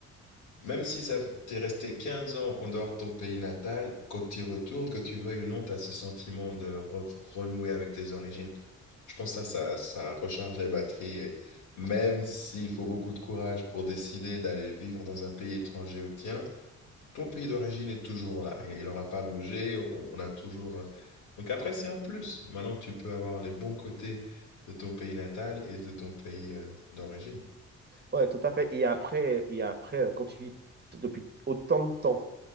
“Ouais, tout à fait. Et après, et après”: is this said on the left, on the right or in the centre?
Right